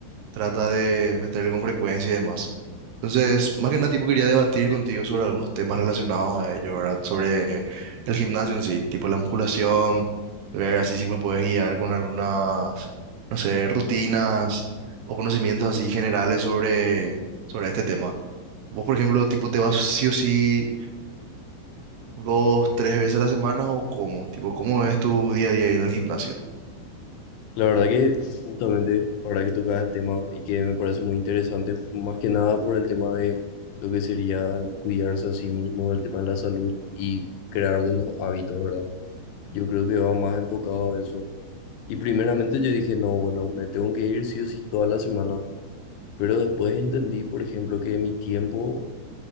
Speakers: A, on the right; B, on the left.
A: trata de meterle con frecuencia y demás. Entonces, más que nada, tipo, quería debatir contigo sobre algunos temas relacionados a ello, ¿verdad? Sobre el gimnasio en sí, tipo la musculación, ver así si me puedes guiar con algunas, no sé, rutinas o conocimientos así generales sobre, sobre este tema. Vos, por ejemplo, tipo, ¿te vas sí o sí dos, tres veces a la semana o cómo? Tipo, ¿cómo es tu día a día ahí en el gimnasio?
B: la verdad que justamente ahora que tocas el tema y que me parece muy interesante, más que nada por el tema de lo que sería el cuidarse a sí mismo, el tema de la salud y crear buenos hábitos, ¿verdad? Yo creo que va más enfocado a eso. Y primeramente yo dije, no, bueno, me tengo que ir sí o sí toda la semana, pero después entendí, por ejemplo, que mi tiempo